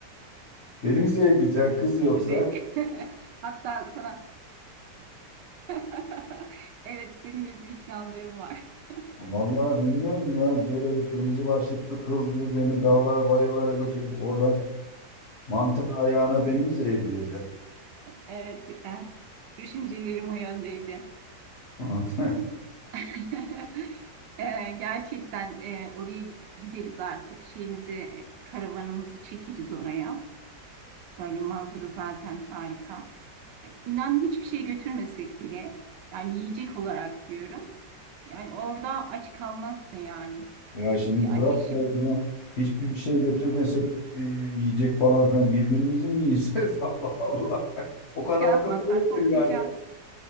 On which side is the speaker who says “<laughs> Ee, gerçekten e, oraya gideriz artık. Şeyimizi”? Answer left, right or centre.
Right